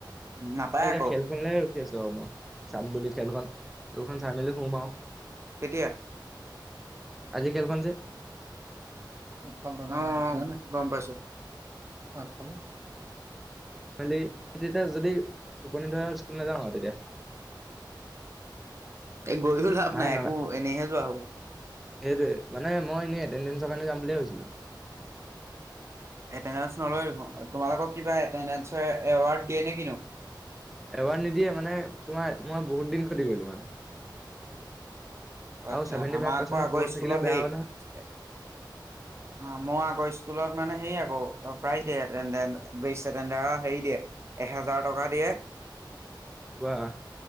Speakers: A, on the right; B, in the centre.
A: নাপায়
B: আৰু এতিয়া
A: আকৌ।
B: খেলখনলে ৰখি আছো আৰু মই, চাম বুলি খেলখন খেলখন চাই মেলি শুম আও।
A: কেতিয়া?
B: আজি খেলখন যে,
A: <unintelligible> গম পাইছো <unintelligible>
B: খালি তেতিয়া যদি টোপনি ধৰে স্কুল নাযাওঁ আৰু তেতিয়া
A: এ গৈও লাভ
B: মায়ে
A: নাই একো
B: নালা
A: এনেইহে যোৱা হ'ব।
B: সেইটোৱে মানে মই এনেই এটেডেঞ্চৰ কাৰণে যাম বুলিয়ে ভাবিছিলো।
A: এটেডেঞ্চ নলয় দেখোন, তোমালোকক কিবা এটেডেঞ্চৰ এৱাৰ্ড দিয়ে নে কিনো?
B: এবাৰ্ড নিদিয়ে মানে তোমাৰ মই বহুত দিন খতি কৰিলো মানে।
A: অ আচ্ছা
B: আৰু ছেভেন্টি
A: আমাৰ
B: ফাইভ
A: আকৌ
B: পাৰ্চেণ্টৰ
A: আগৰ
B: তলত
A: স্কুলত
B: থাকিলে বেয়া
A: সেই
B: হয় নহয়,
A: আ মই আগৰ স্কুলত মানে সেইয়াক প্ৰ প্ৰাইজ দিয়ে, <unintelligible> হেৰি দিয়ে এহেজাৰ টকা দিয়ে। <unintelligible>
B: বাাহ